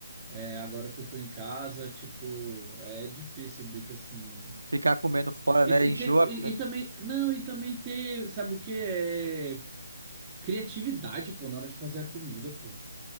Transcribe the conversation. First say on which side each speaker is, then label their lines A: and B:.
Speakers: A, on the right; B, on the right.
A: É, agora que eu tô em casa, tipo, é difícil, bicho, assim.
B: Ficar comendo fora,
A: E,
B: né?
A: e,
B: Enjoa
A: ter, e,
B: comendo.
A: e também, não, e também ter, sabe o que? É criatividade, pô, na hora de fazer a comida, pô.